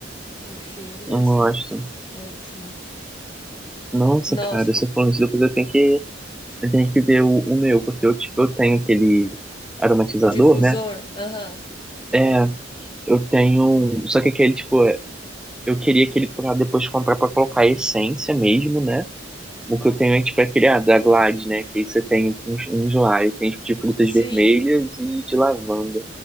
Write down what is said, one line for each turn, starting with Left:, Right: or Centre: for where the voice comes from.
Left: O cheiro
Centre: Não
Left: deve ser
Centre: gosto.
Left: ótimo.
Centre: Nossa,
Left: Nossa,
Centre: cara, se eu for isso, depois eu tenho que, eu tenho que ver o, o meu, porque eu, tipo, eu tenho aquele aromatizador,
Left: o difusor?
Centre: né?
Left: Aham.
Centre: É, eu tenho. um, Só que aquele, tipo, eu queria aquele pra depois comprar pra colocar a essência mesmo, né? O que eu tenho é tipo aquele, ah, da Glade, né? Que aí você tem uns, uns lá, e tem tipo de frutas
Left: Sim.
Centre: vermelhas e de lavanda.